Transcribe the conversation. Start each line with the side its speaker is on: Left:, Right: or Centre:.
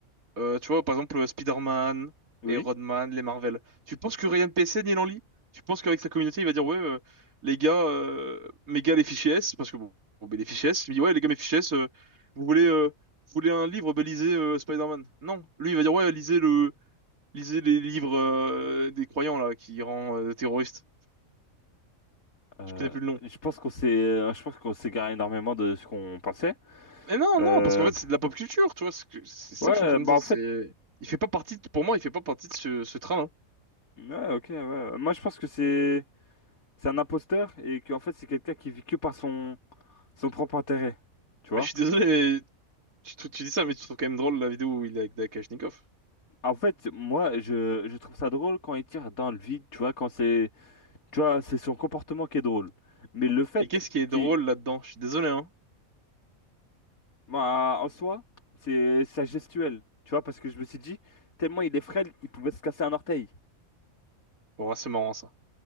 Right: Euh, tu vois, par exemple, euh, Spider-Man,
Left: Oui.
Right: Iron Man, les Marvel. Tu penses que Ryan PSN, il en lit? Tu penses qu'avec sa communauté, il va dire, ouais, euh, les gars, euh, mes gars, les fichiers S, parce que bon, bon, ben, les fichiers S, il me dit, ouais, les gars, mes fichiers S, euh, vous voulez, euh, vous voulez un livre, ben, lisez euh, Spider-Man. Non, lui, il va dire, ouais, lisez le. Lisez les livres euh, des croyants là qui rend euh, terroriste.
Left: Euh,
Right: Je connais plus le nom.
Left: je pense qu'on s'est, euh, je pense qu'on s'égare énormément de ce qu'on pensait.
Right: Mais non,
Left: Euh,
Right: non, parce qu'en fait c'est de la pop culture, tu vois. C'est que- c'est ça
Left: ouais,
Right: que je suis
Left: euh,
Right: en train
Left: bah
Right: de dire.
Left: en
Right: C'est,
Left: fait,
Right: il fait pas partie. de- Pour moi, il fait pas partie de ce, ce train-là.
Left: ouais, ok, ouais. ouais. Moi, je pense que c'est, c'est un imposteur et qu'en fait, c'est quelqu'un qui vit que par son, son propre intérêt, tu vois.
Right: Mais je suis désolé. mais Tu, tu- tu dis ça, mais tu trouves quand même drôle la vidéo où il est avec Dakashnikov.
Left: En fait, moi, je, je trouve ça drôle quand il tire dans le vide, tu vois, quand c'est, tu vois, c'est son comportement qui est drôle. Mais le fait
Right: Mais qu'est-ce qui est
Left: qu'il,
Right: drôle là-dedans? Je suis désolé, hein.
Left: moi, en soi, c'est sa gestuelle, tu vois, parce que je me suis dit, tellement il est frêle, il pouvait se casser un orteil,
Right: Bon, ah, c'est marrant ça.